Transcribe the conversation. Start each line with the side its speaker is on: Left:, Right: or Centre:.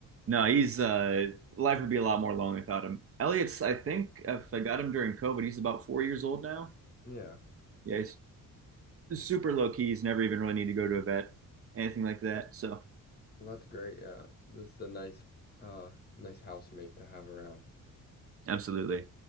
Right: No, he's uh life would be a lot more lonely without him. Elliot's, I think, if I got him during COVID, he's about four years old now.
Left: Yeah.
Right: Yeah, he's super low key. He's never even really need to go to a vet, anything like that. So,
Left: Well, that's great. Yeah. This is a nice uh nice housemate to have around.
Right: absolutely.